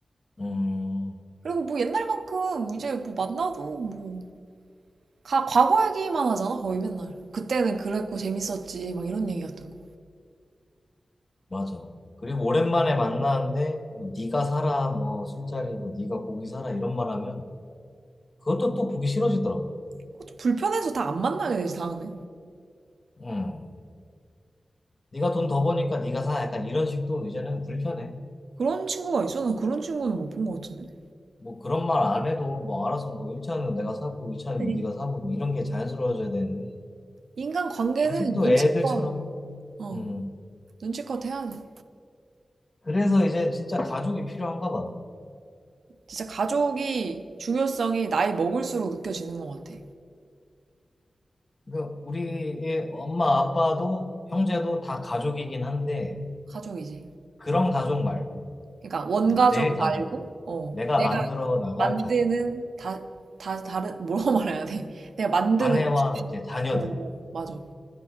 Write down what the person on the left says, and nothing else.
음,
맞아. 그리고 오랜만에 만나는데 뭐 네가 사라, 뭐 술자리, 뭐 네가 고기 사라 이런 말하면 그것도 또 보기 싫어지더라고.
음, 네가 돈 더 버니까 네가 사. 약간 이런 식도 이제는 불편해.
뭐 그런 말 안 해도 뭐 알아서 뭐 1차는 내가 사고 이차는
네가 사고 뭐 이런 게 자연스러워져야 되는데
아직도
애들처럼.
음,
그래서 이제 진짜 가족이 필요한가 봐.
그 우리의 엄마, 아빠도 형제도 다 가족이긴 한데
그런 가족 말고
이제 내 가족,
내가
만들어 나갈
가족,
아내와
이제 자녀들,